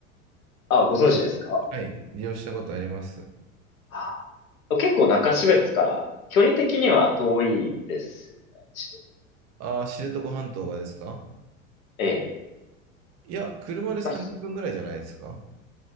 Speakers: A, on the left (about 75°); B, on the right (about 40°).
A: あ、ご存知ですか
B: はい。はい利用したことあります。
A: あ結構中標津から距離的には遠いですよね。知ってるとこ
B: ああ、知床半島がですか
A: ええ。
B: いや、車で30分ぐらいじゃないですか
A: まあ、ひ